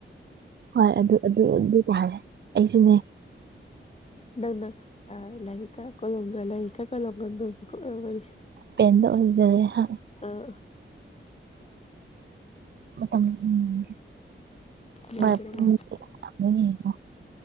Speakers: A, on the right; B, on the left.
A: ꯍꯣꯏ ꯑꯗꯨ ꯑꯗꯨ ꯑꯗꯨ ꯇꯥꯔꯦ ꯑꯩꯁꯨꯅꯦ
B: ꯅꯪꯅ ꯑ ꯂꯔꯤꯛꯀ ꯀꫭꯂꯣꯝꯒꯅ ꯂꯥꯏꯔꯤꯛꯀ ꯀꫭꯂꯣꯝꯒ ꯅꯣꯠꯕꯨꯛꯀ ꯑꯣꯏꯔꯝꯒꯅꯤ
A: ꯄꯦꯟꯗ ꯑꯣꯏꯖꯔꯦ ꯍꯥ
B: ꯑꯥ
A: <unintelligible> ꯎꯝ ꯥ
B: ꯂꯣꯏꯗꯣꯔꯕ
A: <unintelligible>